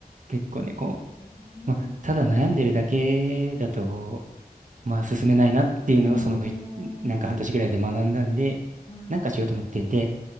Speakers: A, on the right; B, on the left.
A: 結構ね、
B: そいですね。
A: こう、まあ、ただ悩んでるだけだと、まあ、進めないなっていうのを、
B: うーん、
A: その、いなんか半年ぐらいで学んだんで、
B: はい。
A: なんかしようと思って、で、